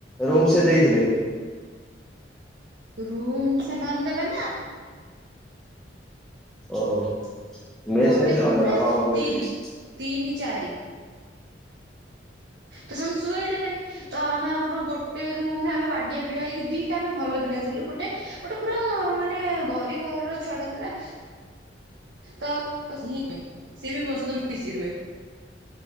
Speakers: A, in the centre; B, on the right.
A: ରୁମ ସେ ଦେଇଥିଲେ?
B: ରୁମ ସେମାନେ ଦେବେ ନା
A: ଓହୋ ମେସ
B: ଗୋଟେ
A: ନେଇଥିଲେ
B: ରୁମ୍
A: ଅଲଗା
B: ରେ
A: ହଁ ହଁ ବୁଝିଲି।
B: ତିନି। ତିନି ଚାରି ତ ସେମାନେ ସୁଆଇ ଦେବେନି ତ ଆମେ ଆମର ଗୋଟେ ରୁମ ରେ ଆମେ ବାଡିଆ ପିଠା ହେଇକି ଦିଟା ଆମେ ଭଲ ପିଲା ଥିଲୁ ଗୋଟେ ଗୋଟେ ପୁରା ମାନେ ଗରିବର ଛୁଆଟା ଥିଲା
A: <unintelligible>
B: ତ <inaudible> ସିଏବି ମୋ ସହିତ ମିଶି ରୁହେ।